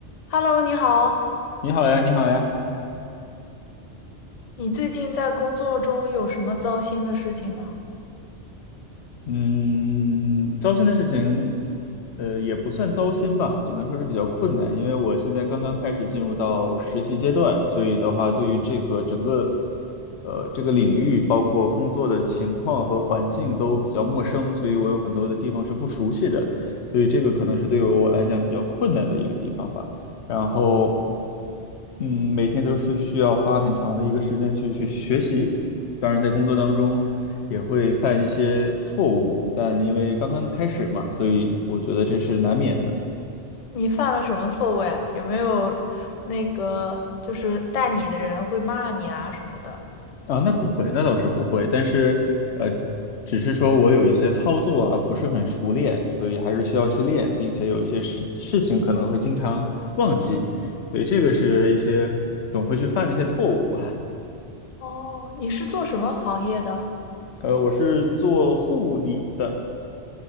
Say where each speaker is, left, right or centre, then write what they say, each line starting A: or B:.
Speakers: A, on the left; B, on the left.
A: Hello，你好，
B: 你好呀，你好呀。
A: 你最近在工作中有什么糟心的事情吗？
B: 嗯，糟心的事情，呃，也不算糟心吧，只能说是比较困难，因为我现在刚刚开始进入到实习阶段，所以的话，对于这个整个，呃，这个领域，包括工作的情况和环境都比较陌生，所以我有很多的地方是不熟悉的，所以这个可能是对于我来讲比较困难的一个地方吧。然后，嗯，每天都是需要花很长的一个时间去去学习。当然，在工作当中。也会犯一些错误，但因为刚刚开始嘛，所以我觉得这是难免的
A: 你犯了什么错误呀？有没有那个就是带你的人会骂你啊什么的？
B: 啊。那不会，那倒是不会，但是呃，只是说我有一些操作啊不是很熟练，所以还是需要去练，并且有一些事事情可能会经常忘记，所以这个是一些总会去犯的一些错误吧。
A: 哦，你是做什么行业的？
B: 呃，我是做护理的，